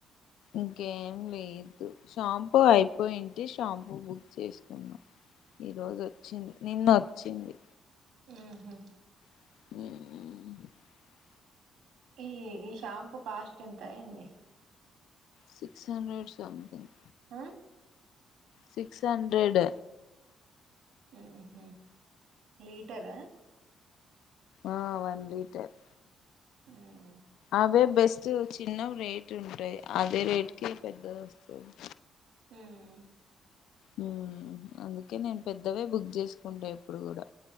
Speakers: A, on the left (about 85°); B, on the right (about 80°).
A: ఇంకేం లేదు షాంపూ అయిపోయింటే షాంపూ బుక్ చేసుకున్నా ఈరోజు వచ్చింది నిన్న వచ్చింది.
B: హ్మ్ హ్మ్
A: హ్మ్
B: ఈ ఈ షాంపూ కాస్ట్ ఎంత అయింది
A: సిక్స్ హండ్రెడ్ సంథింగ్
B: ఆ
A: సిక్స్ హండ్రెడ్
B: హ్మ్ హ్మ్ లీటర
A: ఆ వన్లీటర్
B: హ్మ్
A: అవే బెస్ట్ చిన్నవి రేట్ ఉంటయ్ అదే రేట్ కి పెద్దది వస్తుంది
B: హ్మ్
A: హామ్ అందుకే నేను పెద్దవే బుక్ చేసుకుంటా ఎప్పుడు కూడా